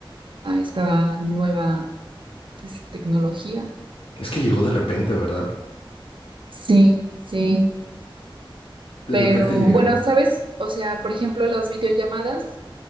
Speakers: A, on the right; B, on the left.
A: a esta nueva, pues, tecnología.
B: es que llegó de repente, ¿verdad?
A: Sí, sí.
B: De
A: Pero
B: repente llegó.
A: bueno, ¿sabes? O sea, por ejemplo, las videollamadas.